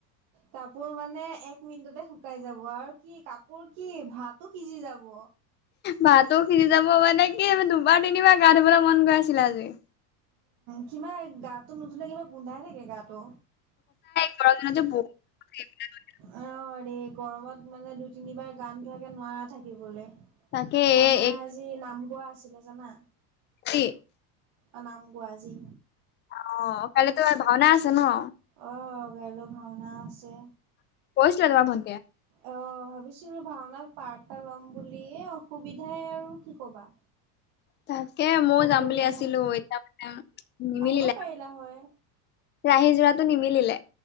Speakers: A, on the right; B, on the left.
A: কাপোৰ মানে এক মিনিটতে শুকাই যাব আৰু কি কাপোৰ কি ভাত সিজি যাব
B: ভাতো সিজি যাব মানে কি দুবাৰ তিনিবাৰ গা ধুবলৈ মন গৈ আছিলে আজি
A: কিবা গাটো নুধুলে কিবা গোন্ধাই থাকে গাটো
B: <unintelligible>
A: অ দেই গৰমত মানে দুই তিনিবাৰ গা নোধোৱাকে নোৱাৰা থাকিবলৈ
B: তাকে
A: আমাৰ
B: এই
A: আজি নাম গোৱা আছিলে জানা
B: কি
A: অনাম গুৱজী
B: অ কাই তোমাৰ ভাওনা আছে ন
A: অ কালৈ ভাওনা আছে
B: <unintelligible>
A: অ ভাবিছিলো ভাওনাত পাৰ এটা ল'ম বুলি অসুবিধাই আৰু কি কবা
B: তাকে ময়ও
A: অসুবিধা
B: যাম বুলি আছিলো এতিয়া মানে নিমিলে
A: আহিব পাৰিলা হয়
B: ৰাহি যোৰাতটো নিমিলিলে